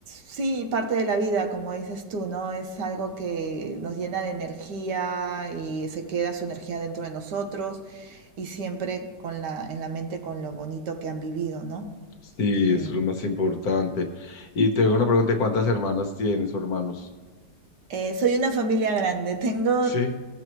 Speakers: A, on the right; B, on the left.
A: sí, parte de la vida, como dices tú, ¿no? Es algo que nos llena de energía y se queda su energía dentro de nosotros y siempre con la, en la mente con lo bonito que han vivido, ¿no?
B: Sí,
A: Y
B: eso es lo más importante. Y te hago una pregunta, ¿cuántas hermanas tienes o hermanos?
A: eh, soy una familia grande, <laughs> tengo
B: Sí,